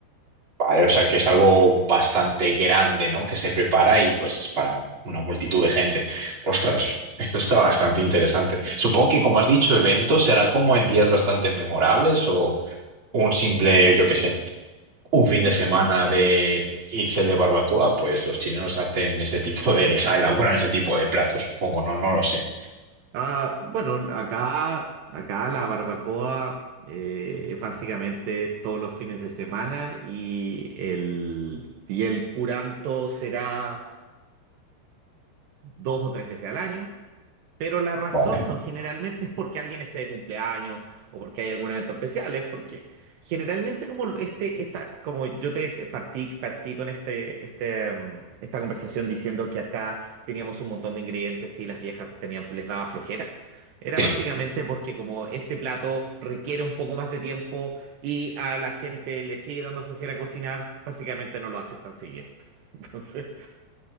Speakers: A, on the right; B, on the right.
A: Vale, o sea que es algo bastante grande, ¿no? Que se prepara y pues es para una multitud de gente. Ostras, esto está bastante interesante. Supongo que como has dicho, evento será como en días bastante memorables o un simple, yo qué sé, un fin
B: Eh,
A: de semana de irse de barbacoa, pues los chilenos hacen este tipo de, <laughs> o sea, elaboran ese tipo de platos, supongo, ¿no? No lo sé.
B: Ah, bueno, acá, acá la barbacoa eh, es básicamente todos los fines de semana y el, y el curanto será dos o tres veces al año. Pero la razón
A: Vale.
B: no generalmente es porque alguien esté de cumpleaños o porque hay algún evento especial, es porque generalmente como este, esta, como yo te partí, partí con este, este, mm, esta conversación diciendo que acá teníamos un montón de ingredientes y las viejas tenían, les daba flojera. Era
A: Sí,
B: básicamente porque como este plato requiere un poco más de tiempo y a la gente le sigue dando flojera cocinar, básicamente no lo haces tan seguido. <laughs> Entonces,